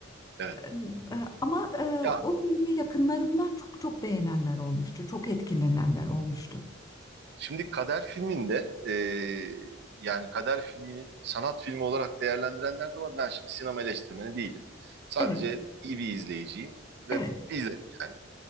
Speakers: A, on the right; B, on the left.
A: Evet.
B: E, e, ama e,
A: Ya
B: o filmi yakınlarımdan çok çok beğenenler olmuştu. Çok etkilenenler olmuştu.
A: şimdi Kader filminde e, yani Kader filmini sanat filmi olarak değerlendirenler de var. Ben şimdi sinema eleştirmeni değilim. Sadece
B: Evet,
A: iyi bir izleyiciyim ve
B: evet,
A: izlerim yani.